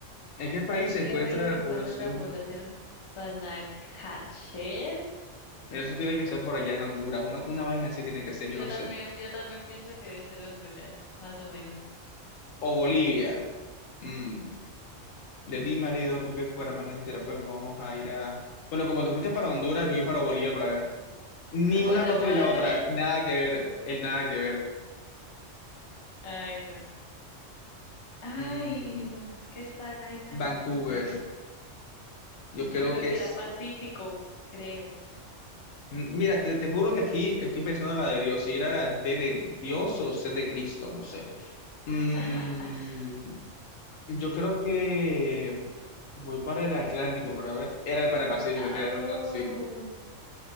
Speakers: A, on the left; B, on the left.
A: ¿En qué país
B: ¿En
A: se
B: qué
A: encuentra
B: país se
A: la
B: encuentra
A: población?
B: la población
A: de-
B: Panajachel?
A: Mira, eso tiene que ser por allá en Honduras, una, una vaina así tiene que ser,
B: Yo
A: yo no
B: también,
A: sé.
B: yo también pienso que debe ser Honduras, más o menos.
A: O Bolivia. Mm. De ti, marido, pique, cuaramanga, tintero, fuego, vamos a ir a... Bueno, como te fuiste para Honduras, yo voy para Bolivia para ver. Ni
B: Guatemala.
A: una cosa ni la otra, nada que ver, el nada que ver.
B: <laughs> Ay, no. Ay,
A: Mm,
B: ¿dónde es que está la isla de
A: Vancouver,
B: Vancouver?
A: yo
B: Yo
A: creo
B: creo
A: que
B: que
A: es...
B: era Pacífico, creo.
A: Mira, te, te juro que aquí estoy pensando en la de Dios, si era la D de Dios o C de Cristo, no sé. Mm,
B: <laughs>
A: yo creo que voy para el Atlántico, para ver. Era para el Pacífico,
B: Au.
A: tiene razón, sí.